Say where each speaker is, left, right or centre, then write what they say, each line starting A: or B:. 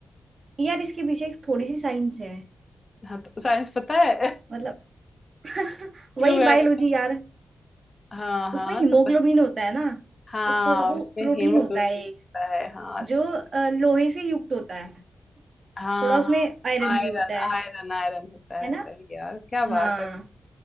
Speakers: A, on the right; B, on the left.
A: यार इसके पीछे एक थोड़ी सी साइंस है
B: हाँ तो साइंस पता है
A: मतलब <laughs>
B: क्यों
A: वही
B: है
A: बायोलॉजी
B: बता
A: यार
B: हाँ हाँ
A: उसमें हीमोग्लोबिन
B: तो प-
A: होता है ना
B: हाँ
A: उसको वो
B: उसमें
A: प्रोटीन
B: हीमोग्लोबिन
A: होता है एक
B: होता है हाँ सही
A: जो अ, लोहे से युक्त होता है
B: हाँ
A: थोड़ा उसमें
B: हाँ
A: आयरन
B: आयरन
A: भी होता है
B: आयरन आयरन होता है
A: है ना
B: सही यार क्या बात
A: हाँ
B: है